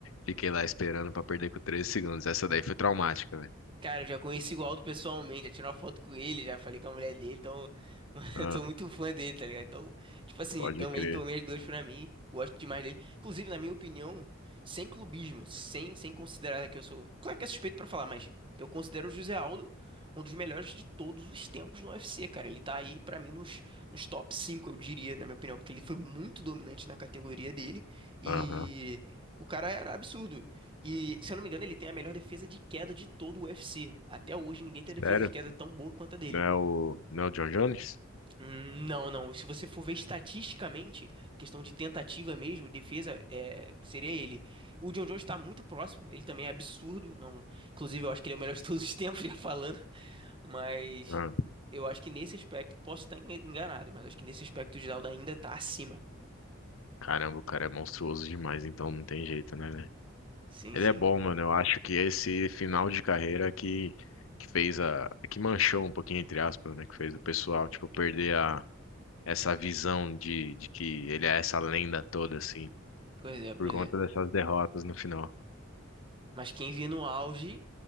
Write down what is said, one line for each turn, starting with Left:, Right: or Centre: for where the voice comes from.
Left: Fiquei lá esperando pra perder com 13 segundos. Essa daí foi traumática, velho.
Right: Cara, eu já conheci o Aldo pessoalmente, já tirei uma foto com ele, já falei com a mulher dele, então <laughs>
Left: Ah,
Right: eu tô muito fã dele, tá ligado? Então, tipo assim,
Left: pode
Right: também
Left: crer.
Right: tomei as duas pra mim, gosto demais dele. Inclusive, na minha opinião, sem clubismo, sem, sem considerar que eu sou. Claro que é suspeito pra falar, mas eu considero o José Aldo um dos melhores de todos os tempos no UFC, cara. Ele tá aí pra mim nos, nos top 5, eu diria, na minha opinião, porque ele foi muito dominante na categoria dele e.
Left: Aham.
Right: O cara era absurdo. E, se eu não me engano, ele tem a melhor defesa de queda de todo o UFC. Até hoje, ninguém tem defesa
Left: Sério?
Right: de queda tão boa quanto a dele.
Left: Não é o, não é o John Jones?
Right: Hum, Não, não. Se você for ver estatisticamente, questão de tentativa mesmo, defesa, é, seria ele. O John Jones está muito próximo. Ele também é absurdo. Não, inclusive, eu acho que ele é o melhor de todos os tempos, <laughs> já falando. Mas
Left: Ah,
Right: eu acho que nesse aspecto, posso estar engan- enganado, mas acho que nesse aspecto, o Geraldo ainda está acima.
Left: caramba, o cara é monstruoso demais, então não tem jeito, né, velho?
Right: Sim,
Left: Ele
Right: sim.
Left: é bom, mano. Eu acho que esse final de carreira que, que fez a. que manchou um pouquinho, entre aspas, né? Que fez o pessoal, tipo, perder a, essa visão de, de que ele é essa lenda toda, assim,
Right: Pois é, pois
Left: por conta
Right: é.
Left: dessas derrotas no final.
Right: Mas quem via no auge.